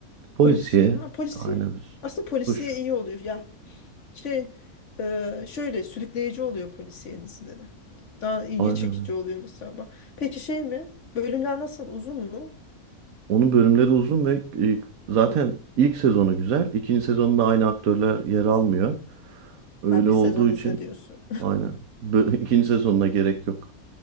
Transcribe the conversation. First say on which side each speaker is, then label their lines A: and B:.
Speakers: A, on the right (about 75°); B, on the left (about 55°).
A: Polisiye
B: Polisi. Ha polisi.
A: aynen
B: Aslında polisiye
A: suç.
B: iyi oluyor. Ya şey e, şöyle sürükleyici oluyor polisiye dizileri. Daha ilgi
A: Aynen.
B: çekici oluyor mesela. Bak. Peki şey mi? Bölümler nasıl? Uzun mu?
A: Onun bölümleri uzun ve e, zaten ilk sezonu güzel. İkinci sezonda aynı aktörler yer almıyor. Öyle
B: Ha bir
A: olduğu
B: sezon izle
A: için
B: diyorsun.
A: aynen. Bö- <laughs> İkinci sezonuna gerek yok.